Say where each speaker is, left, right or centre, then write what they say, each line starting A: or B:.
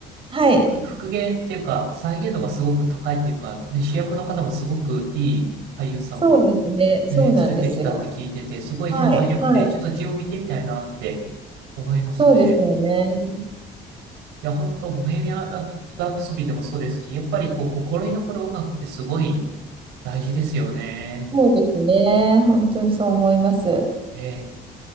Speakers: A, on the right (about 30°); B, on the right (about 85°).
A: はい。
B: 復、復元っていうか、再現度がすごく高いっていうか、ね、主役の方もすごくいい俳優さんを、
A: そうですね。そうなんですよ。
B: ね、連れてきたって聞いてて、すごい評判良くて、
A: はい、はい。
B: ちょっと字を見てみたいなって思いますね。
A: そうですよね。
B: いや、本当ボヘミアン・ラプソディでもそうですし、やっぱりこう、心に残る音楽ってすごい大事ですよね。
A: そうですね。本当にそう思います。
B: ええ